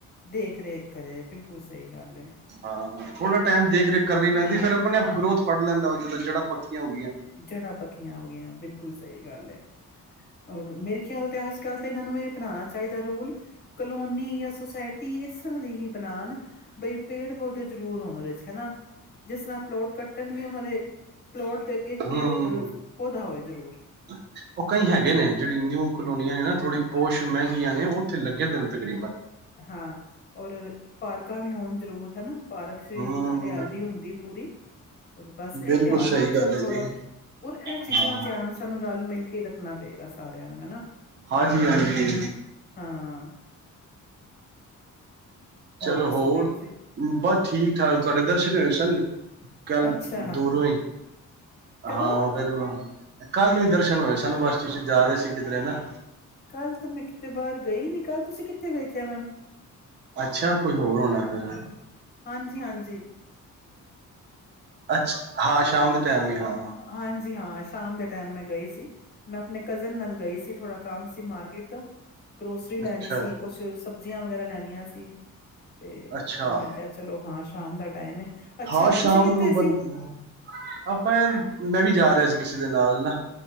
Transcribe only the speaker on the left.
ਦੇਖ-ਰੇਖ ਕਰੇ ਬਿਲਕੁਲ ਸਹੀ ਗੱਲ ਐ।
ਜੜਾਂ ਪੱਕੀਆਂ ਹੋਗੀਆਂ ਬਿਲਕੁਲ ਸਹੀ ਗੱਲ ਐ, ਹੋਰ ਮੇਰੇ ਖਿਆਲ ਤੇ ਅੱਜ-ਕੱਲ ਤੇ ਇਹਨਾਂ ਨੂੰ ਇਹ ਅਪਣਾਨਾ ਚਾਹੀਦਾ ਰੂਲ ਕਲੋਨੀ ਯਾ ਸੋਸਾਇਟੀ ਇਸ ਲਈ ਬਣਾਨ ਬਈ ਪੇੜ-ਪੌਦੇ ਜ਼ਰੂਰ ਹੋਣ ਉਹਦੇ 'ਚ ਹਨਾ। ਜਿਸ ਨਾਂ ਪਲੋਟ ਕੱਟਣਗੇ ਉਹਨਾਂ ਦੇ ਪਲੋਟ ਦੇ ਅੱਗੇ,
ਪਲੇਟ ਪੌਧਾ ਹੋਏ ਜ਼ਰੂਰ।
ਹਾਂ, ਔਰ ਇੱਕ ਪਾਰਕਾਂ ਵੀ ਹੋਣ ਜ਼ਰੂਰ ਹਨਾ, ਪਾਰਕਸੀਸ
ਹਰਿਆਲੀ ਹੁੰਦੀ ਪੂਰੀ, ਹੋਰ ਬਸ ਐ
ਧਿਆਨ
ਰੱਖਣ
ਥੋੜਾ
ਔਰ ਇਹ ਚੀਜ਼ਾਂ
ਦਾ ਧਿਆਨ ਸਾਨੂੰ ਰਲ-ਮਿਲਕੇ ਰੱਖਣਾ ਪਏਗਾ ਸਾਰਿਆਂ ਨੂੰ ਹਨਾ।
ਹਾਂ।
ਦੱਸੋ
ਵੀਰ ਜੀ
ਅੱਛਾ
ਕਦੋਂ
ਕੱਲ ਤਾਂ ਮੈਂ ਕਿਤੇ ਬਾਹਰ ਗਈ ਨੀ, ਕੱਲ ਤੁਸੀਂ ਕਿੱਥੇ ਵੇਖਿਆ ਮੇਂਨ
ਹਾਂਜੀ-ਹਾਂਜੀ।
ਹਾਂਜੀ-ਹਾਂ, ਸ਼ਾਮ ਦੇ ਟਾਈਮ ਮੈਂ ਗਈ ਸੀ। ਮੈਂ ਆਪਣੇ ਕਜ਼ਨ ਨਾਲ ਗਈ ਸੀ ਥੋੜਾ ਕੰਮ ਸੀ, ਮਾਰਕੀਟ ਦਾ। ਗ੍ਰੋਸਰੀ ਲੈਣੀ
ਸੀ, ਕੂਸ਼ ਸਬਜ਼ੀਆਂ ਵਗੈਰਾ ਲੈਣੀਆਂ ਸੀ, ਤੇ
ਫਿਰ ਮੈਂ ਕਿਹਾ ਚਲੋ ਹਾਂ, ਸ਼ਾਮ ਦਾ ਟਾਈਮ ਏ ਅੱਛਾ
ਤੁਸੀਂ ਕਿੱਥੇ ਸੀ?